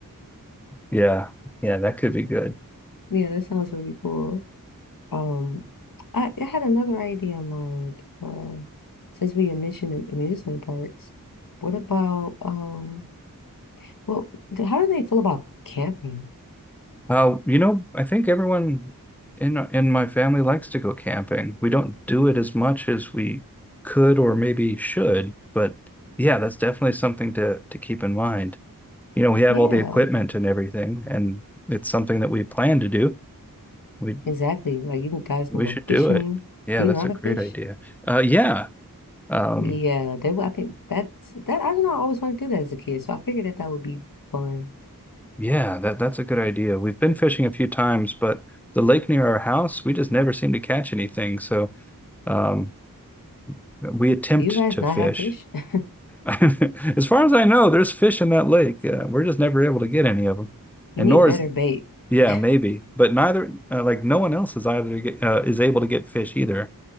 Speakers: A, in the centre; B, on the left.
A: Yeah. Yeah, that could be good.
B: Yeah, that sounds really cool. Um, I, I had another idea in mind. Uh, since we mentioned am- amusement parks, what about um? Well, th- how do they feel about camping?
A: Uh, you know, I think everyone in in my family likes to go camping. We don't do it as much as we could or maybe should, but yeah, that's definitely something to to keep in mind. You know, we have
B: Yeah,
A: all the equipment and everything, and it's something that we plan to do. We
B: exactly. Like you can- guys
A: we
B: can go
A: should do
B: fishing.
A: it. Yeah,
B: Do you
A: that's
B: know how
A: a
B: to
A: great
B: fish?
A: idea. Uh, yeah. Um,
B: Yeah, they. would- I think that's that. I don't know. I always wanted to do that as a kid, so I figured that that would be fun.
A: Yeah, that that's a good idea. We've been fishing a few times, but the lake near our house, we just never seem to catch anything. So, um, we attempt
B: Do you guys
A: to
B: not
A: fish.
B: have fish? <laughs>
A: <laughs> As far as I know, there's fish in that lake. Uh, we're just never able to get any of them.
B: You
A: And
B: need
A: nor
B: better
A: is,
B: bait.
A: yeah,
B: <laughs>
A: maybe, but neither, uh, like no one else is either get, uh, is able to get fish either.